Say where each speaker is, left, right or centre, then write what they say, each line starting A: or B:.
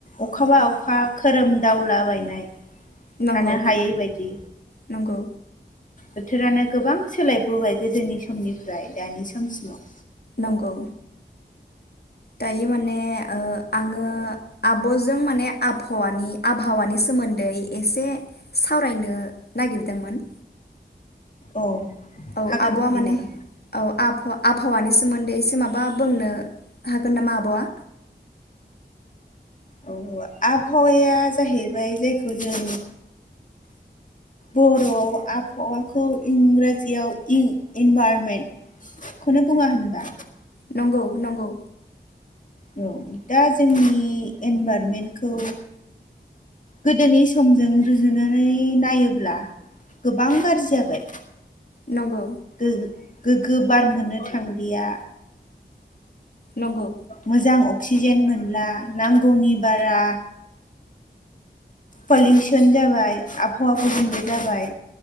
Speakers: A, on the left; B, on the left.
A: अखाबा अखा खोरोमदावलाबायनाय।
B: नंगौ
A: थानो हायै बायदि।
B: नंगौ
A: बोथोरानो गोबां सोलायबोबाय गोदोनि समनिफ्राय दानि समसिम।
B: नंगौ। दायो माने ओ आङो आबजों माने आबहावानि आबहावानि सोमोन्दै एसे सावरायनो नागिरदोंमोन।
A: औ।
B: औ
A: हागोन
B: अबवा
A: बिनानाव
B: माने औ आबहा आबहावानि सि। सोमोन्दै एसे माबा बुंनो हागोन नामा आबवा।
A: औ आबहावाया जाहैबाय जायखौ जों बर'आव आबहावाखौ इंराजियाव इनभारमेन्टखौनो बुङा होनबा।
B: नंगौ नंगौ।
A: औ दा जोंनि इनभाररमेन्टखौ। गोदोनि समजों रुजुनानै नायोब्ला गोबां गाज्रि जाबाय।
B: नंगौ
A: गो-गोगोब बार मोननो थांलिया।
B: नंगौ
A: मोजां अक्सिजेन मोन ला नांगौनि बारा पलिउसन जाबाय आबहावा गुबुंले जाबाय।